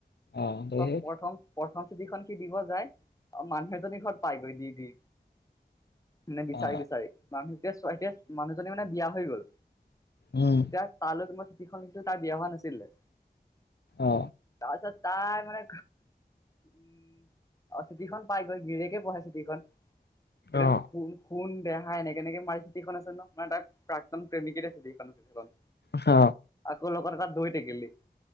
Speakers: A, on the left; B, on the left.
A: অ হেয়ে
B: তত প্ৰথম প্ৰথম চিতিখন কি দিব যায় মানুহ এজনী ঘৰত পাইগৈ দি দি মানে বিচাৰি
A: অ
B: বিচাৰি মানুহতে ছতে মানুহজনী মানে বিয়া হৈ গল
A: উম
B: তেতিয়া তালৈ কোনোবা চুঠিখন কিন্তু তাই বিয়া হোৱা নাছিলে
A: অ
B: তাৰপিছত তাই মানে উম অ', চিঠিখন পাই গৈ গিৰীয়েকে পঢ়ে চিঠিখন একদম
A: অ
B: খু খুন দেহা এনেকে এনেকে মাৰি চিঠিখন আছে ন, মানে তাত প্ৰাক্তন প্ৰেমিকীৰ চিখন আছে সেইখন।
A: হ।
B: আকৌ লগত এটা দৈ টেকেলি।